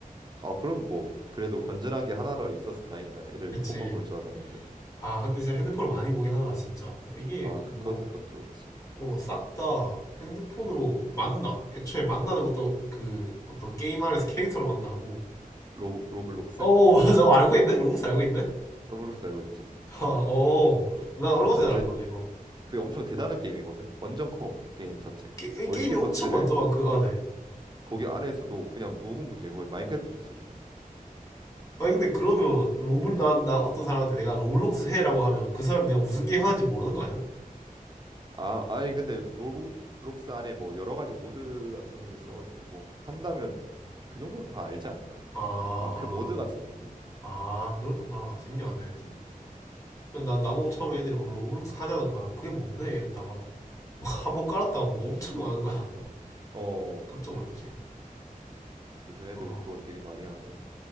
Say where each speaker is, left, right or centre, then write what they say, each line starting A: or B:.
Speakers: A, on the right; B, on the left.
A: 아, 그럼 뭐 그래도 건전한 게 하나로 있어서 다행이다. 애들
B: 그치.
A: 폰만 볼 줄 알았는데.
B: 아, 근데 진짜 핸드폰을 많이 보긴 하더라, 진짜. 이게
A: 아, 그-
B: 뭐,
A: 그것 그것도 그렇지.
B: 어, 싹 다 핸드폰으로
A: 음.
B: 만나. 애초에 만나는 것도 그 어떤 게임 안에서 캐릭터로 만나고.
A: 로 로블록스?
B: 어, 어, <laughs> 맞아. 알고 있네? 로봇 알고
A: 음.
B: 있네?
A: 로블록스 알고 있지?
B: <laughs> 아, 어.
A: 그게
B: 나 얼마
A: 그 제
B: 전에
A: 제
B: 알았거든, 이거.
A: 그게 엄청 대단한 게임이거든. 완전 커 게임 자체가.
B: 게,
A: 멀티버스를
B: 임이 엄청 많더만, 그 안에.
A: 거기 안에서도 그냥 무궁무진해. 거의 마인크래프트 수준이야.
B: 아니, 근데 그러면 로블, 나, 나 어떤 사람한테 내가 로블록스 해라고 하면 그 사람이 내가 무슨 게임
A: 음.
B: 하는지 모르는 거 아니야?
A: 아, 아니 근데 로블록스 안에 뭐 여러 가지 모드 같은 게 있어가지고 뭐 한다면 그 정도는 다 알지 않을까?
B: 아,
A: 약간 마크 모드 같은
B: 아,
A: 느낌?
B: 아, 그렇구나. 신기하네.
A: 음,
B: 나, 나보고 처음에 애들이 막 로블록스 하자는 거야. 그게 뭔데? 이랬다가.
A: 어,
B: 한번 <laughs> 깔았다가 뭐 엄청 많은 거야.
A: 어, 어,
B: <laughs> 깜짝 놀랐지.
A: 음, 요즘 애들
B: 어,
A: 그거 되게 많이 하고